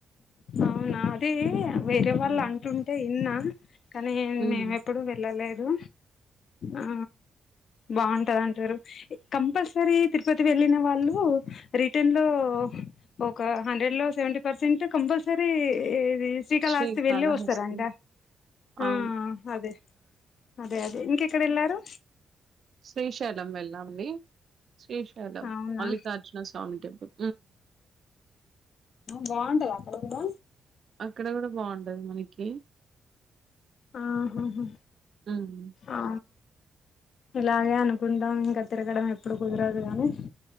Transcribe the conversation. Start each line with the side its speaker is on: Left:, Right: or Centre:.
Left: అవునా అదే వేరే వాళ్ళు
Right: హ్మ్
Left: అంటుంటే విన్నా కానీ
Right: హ్మ్
Left: మేము ఎప్పుడూ వెళ్ళలేదు ఆ బాగుంటది అంటారు కంపల్సరీ తిరుపతి వెళ్ళిన వాళ్ళు రిటన్ లో ఒక హండ్రెడ్ లో సెవెంటీ పర్సెంట్ కంపల్సరీ ఇది రీల్స్ శ్రీకాళాస్తి
Right: శ్రీకాళహస్తి
Left: వెళ్ళి వస్తారంట ఆ
Right: అవును
Left: అదే అదే అదే ఇంకెక్కడ ఎలారు
Right: శ్రీశైలం వెళ్ళాండి శ్రీశైలం
Left: అవునా
Right: మల్లికార్జున స్వామి టెంపుల్
Left: బాగుంటదా అక్కడ కూడా
Right: అక్కడ కూడా బాగుంటది మనకి
Left: ఆహా హా
Right: హ్మ్
Left: ఆ ఇలాగే అనుకుంటాం ఇంకా తిరగడం ఎప్పుడు కుదరదు గానీ